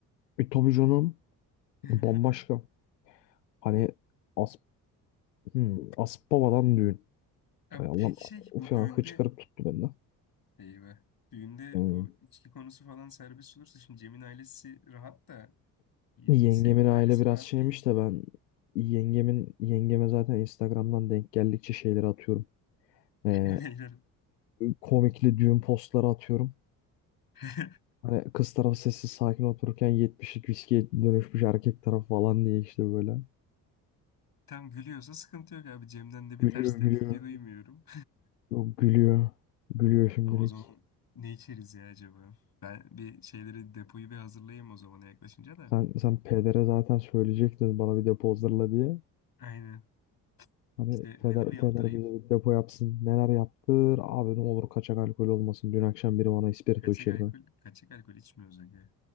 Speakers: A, on the left (about 80°); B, on the left (about 45°).
A: e, tabii canım
B: <laughs>
A: bambaşka. Hani as hmm, Aspava'dan düğün.
B: Ya
A: Ay Allah'ım
B: peki şey
A: uf
B: bu
A: ya
B: düğünde
A: hıçkırık tuttu bende.
B: Eyvah. Düğünde
A: Hmm.
B: bu içki konusu falan serbest olursa şimdi Cem'in ailesi rahat da e,
A: Yengemin
B: Selin'in
A: aile
B: ailesi
A: biraz
B: rahat
A: şeymiş
B: değil.
A: de ben yengemin yengeme zaten Instagram'dan denk geldikçe şeyleri atıyorum. Ee,
B: <laughs> Beyler.
A: komikli düğün postları atıyorum.
B: <laughs>
A: Hani kız tarafı sessiz sakin otururken 70'lik viskiye dönüşmüş erkek tarafı falan diye işte böyle.
B: Tam gülüyorsa sıkıntı yok abi. Cem'den de bir
A: Gülüyor
B: ters tepki
A: gülüyor.
B: duymuyorum.
A: Yok, gülüyor. Gülüyor
B: <laughs>
A: şimdilik.
B: Ama o zaman ne içeriz ya acaba? Ben bir şeyleri depoyu bir hazırlayayım o zamana yaklaşınca da.
A: Sen sen pedere zaten söyleyecektin bana bir depo hazırla diye.
B: Aynen.
A: Hani
B: İşte neler
A: peder
B: yaptırayım.
A: peder bize bir depo yapsın. Neler yaptır? Abi ne olur kaçak alkol olmasın. Dün akşam biri bana ispirto
B: Kaçak
A: içirdi.
B: alkol, kaçak alkol içmiyoruz aga.